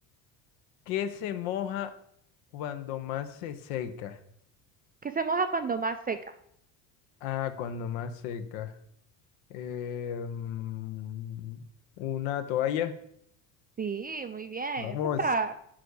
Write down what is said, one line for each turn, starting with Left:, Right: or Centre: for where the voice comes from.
Left: ¿Qué se moja cuando más se seca?
Right: ¿Qué se moja cuando más seca?
Left: Ah, cuando más seca. eh, mm, una toalla.
Right: Sí, muy bien.
Left: Vamos.
Right: Eso está,